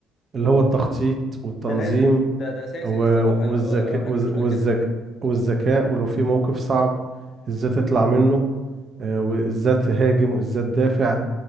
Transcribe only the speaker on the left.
ده لازم ده ده اساسي
ده الصراحه
اللي هو ده انا بعملها
كل شويه
كده